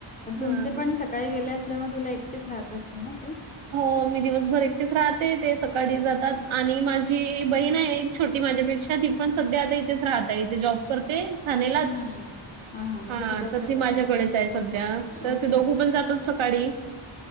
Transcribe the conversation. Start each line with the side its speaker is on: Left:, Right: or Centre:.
Left: म
Right: हा
Left: तुमचे पण सकाळी गेले असल्यामुळे तुला एकटेच राहत असेल ना तू.
Right: हो मी दिवसभर एकटीच राहते ते सकाळी जातात आणि माझी बहीण आहे. छोटी माझ्यापेक्षाी ती पण सध्या इथेच. राहत तेे जॉब करते ठाणेलाच
Left: हा हा हा म्हणजे
Right: हा
Left: तुझ्याकडेच
Right: तर ती
Left: असते
Right: माझ्याकडेच
Left: का
Right: आहे सध्या. तर
Left: ओके
Right: ते दोघू
Left: ओके
Right: पण जातच सकाळी.